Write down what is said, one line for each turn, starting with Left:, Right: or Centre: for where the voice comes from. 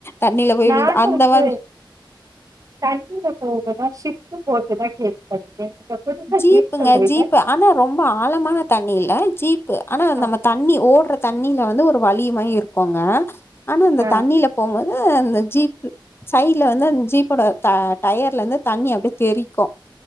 Left: தண்ணில போய்
Right: நானு
Left: விழுந் அந்த
Right: வந்து
Left: மாரி
Right: தண்ணில போவ்துனா சிப்பு போட்டு தா கேள்விபட்ருக்க நீங்க புதுசா
Left: ஜீப்புங்க
Right: ஜீப் சொல்றீங்க
Left: ஜீப்பு ஆனா ரொம்ப ஆழமான தண்ணி இல்ல ஜீப்பு ஆனா
Right: ஆ
Left: நம்ம தண்ணி ஓட்ற தண்ணில வந்து ஒரு வழி மாறி இருக்குங்க ஆனா அந்த
Right: ஆ
Left: தண்ணில போம்போது அந்த ஜீப்பு சைட்ல வந்து அந்த ஜீப்போட டயர்லந்து தண்ணி அப்டியே தெறிக்கு